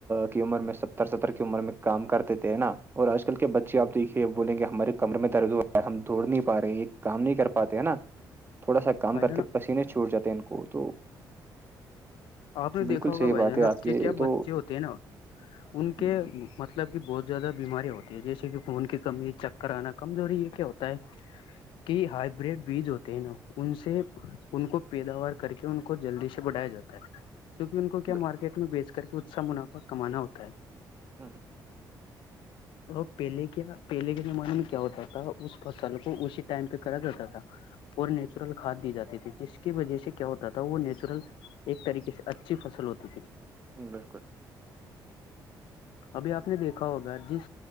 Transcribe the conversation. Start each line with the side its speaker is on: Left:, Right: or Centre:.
Right: کی عمر میں ستر ستر کی عمر میں کام کرتے تھے نا اور آج کل کے بچے آپ دیکھیے بولیں گے ہمارے کمر میں درد ہوا ہے ہم دوڑ نہیں پا رہے ہیں یہ کام نہیں کر پاتے ہیں نا تھوڑا سا کام
Left: بھائی
Right: کر
Left: جان
Right: کے پسینے چھوٹ جاتے ان کو تو
Left: آپ نے دیکھا
Right: بالکل
Left: ہوگا
Right: صحیح
Left: بھائی
Right: بات
Left: جان
Right: ہے
Left: آپ کے کیا
Right: یہ تو
Left: بچے ہوتے ہیں نا ان
Right: ہوں،
Left: کے مطلب کہ بہت زیادہ بیمارییاں ہوتی ہے جیسے کہ خون کی کمی چکر آنا کمزوری یہ کیا ہوتا ہے کہ ہائیبریڈ بیج ہوتے ہیں نا ان سے ان کو پیداوار کر کے ان کو جلدی سے بڑھایا جاتا ہے کیہ ان کو کیا
Right: بالکل
Left: مارکیٹ میں بیچ کر کے اا منافع کمانا ہوتا ہے
Right: <inaudible>
Left: اور پہلے کیا پہلے کے زمانے میں کیا ہوتا تھا اس فصل کو اسی ٹائم پہ کرا جاتا تھا اور نیچرل کھاد دی جاتی تے جس کی وجہ سے کیا ہوتا تھا وہ نیچرل ایک طریقے سے اچھی فصل ہوتی تھی
Right: ہ بالکل
Left: ابھی آپ نے دیکھا ہوگا جس